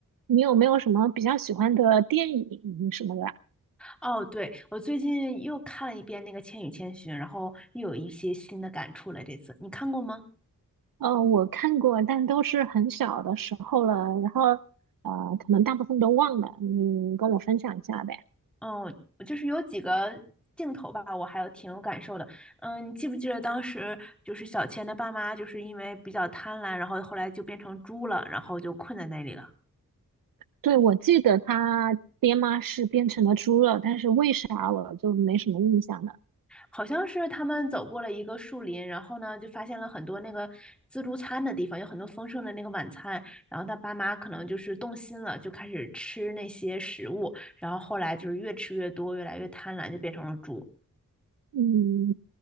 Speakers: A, on the right; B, in the centre.
A: 你有没有什么比较喜欢的电影什么的啊？
B: 哦，对，我最近又看了一遍那个《千与千寻》，然后又有一些新的感触了。这次你看过吗？
A: 呃，我看过，但都是很小的时候了，然后呃，可能大部分都忘了。你跟我分享一下呗。
B: 嗯，我我就是有几个镜头吧，我还有挺有感受的。嗯，你记不记得当时就是小千的爸妈就是因为比较贪婪，然后后来就变成猪了，然后就困在那里了。
A: 对，我记得他爹妈是变成了猪了，但是为啥我就没什么印象了？
B: 好像是他们走过了一个树林，然后呢，就发现了很多那个自助餐的地方，有很多丰盛的那个晚餐。然后他爸妈可能就是动心了，就开始吃那些食物。然后后来就是越吃越多，越来越贪婪，就变成了猪。
A: 嗯，